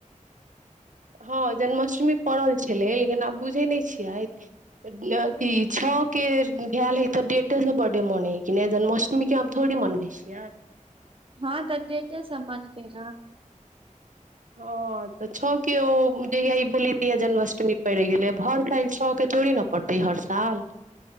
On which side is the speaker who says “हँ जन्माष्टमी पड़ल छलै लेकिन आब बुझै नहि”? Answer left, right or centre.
Right